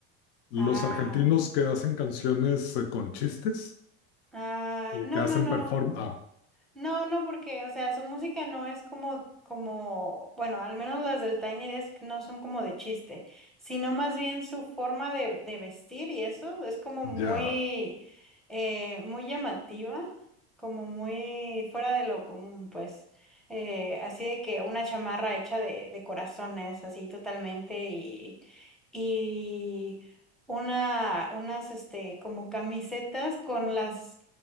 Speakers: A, on the left; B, in the centre.
A: Los
B: Ah,
A: argentinos que hacen canciones eh, con chistes
B: ah,
A: y
B: no,
A: que hacen
B: no, no.
A: perform. Ah,
B: No, no, porque, o sea, su música no es como, como, bueno, al menos las del Tiny Desk no son como de chiste, sino más bien su forma de, de vestir y eso es como muy,
A: ya.
B: eh, muy llamativa, como muy fuera de lo común, pues. Eh, así de que una chamarra hecha de, de corazones, así totalmente, y, y una, unas, este, como camisetas con las